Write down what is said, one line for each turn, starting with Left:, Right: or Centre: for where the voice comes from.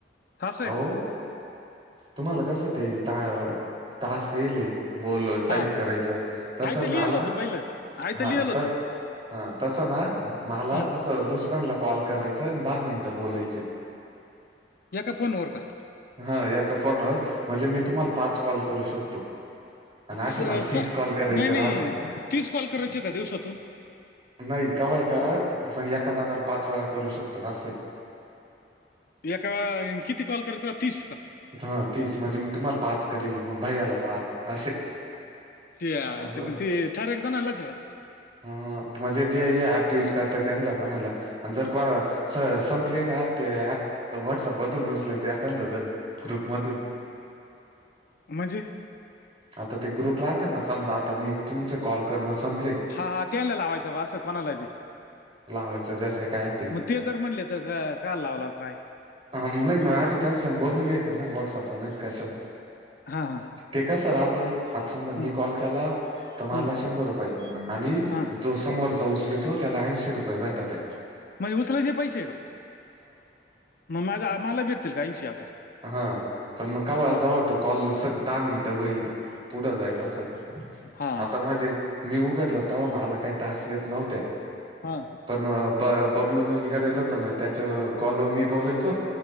Left: असं
Right: आहो
Left: आहे का
Right: तुम्हाला कस ते ता तास इयलये‌. बोलो, टाईप
Left: हा
Right: करायच. तस
Left: आयतं लिहिलं
Right: माला,
Left: होतं पहिलं आयतं
Right: हा
Left: लिहिलं होतं
Right: तस हा, तसं ना मला
Left: हा
Right: अस दुसऱ्यांला कॉल करायच अन दहा मिनिट बोलायच.
Left: एका फोन वर का?
Right: हा एका फोनवर. म्हणजे मी तुम्हाला पाच कॉल करू शकतो. आणि असे
Left: स
Right: मला
Left: स
Right: तीस कॉल करायचे
Left: नाही नाही
Right: राहते
Left: तीस कॉल करायचे का दिवसातून?
Right: नाही, कवा ही करा. पण एका जणाला पाच वेळा करू शकतो अस आहे.
Left: एका, अन किती कॉल करायचे, तीस का?
Right: हा तीस. म्हणजे मी तुम्हाला पाच करील. मग भैयाला पाच असे.
Left: ते यायच,
Right: असं
Left: मग ते ठराविक जणांलाच आहे बवा.
Right: अ म्हणजे जे हे ऍप युज करता त्यांना कोणाला आणि जर को संपले का ते ॲप. व्हॉट्सअप मधून उचलायचे एखांद जण. ग्रुप मधून.
Left: म्हणजे?
Right: आता ते ग्रुप राहत ना समजा आता मी तुमचे कॉल करण संपले
Left: हा हा त्यांना लावायचं बा असं कोणाला बी.
Right: हो जसं काय आपली
Left: म ते जर म्हणले तर का का लावला काय.
Right: हा नाही मग आधी त्यांन संग बोलून घ्यायच ना व्हॉट्सअप वरनाय कशा
Left: हा हा!
Right: ते कसं रहातं, आता समजा मी
Left: हं,
Right: कॉल केला तर मला
Left: हं,
Right: शंभर रुपये आणि
Left: हा
Right: जो समोरचा उचलितो त्याला ऐंशी रुपये भेटत त्यात.
Left: म्हणजे उचलायचे पैसे म माझं मला भेटतील का ऐंशी आता?
Right: ह, पण मग का
Left: हा
Right: जवा तो कॉल स दहा मिनिटं होईल. पुढं जाईल असं
Left: हा
Right: आता म्हणजे मी उघडल तंव्हा मला काय टास्क येत नव्हते.
Left: हा!
Right: पण ब बबलून मी निघालेलं होत मग त्याच्या कॉलवर मी बोलायचो.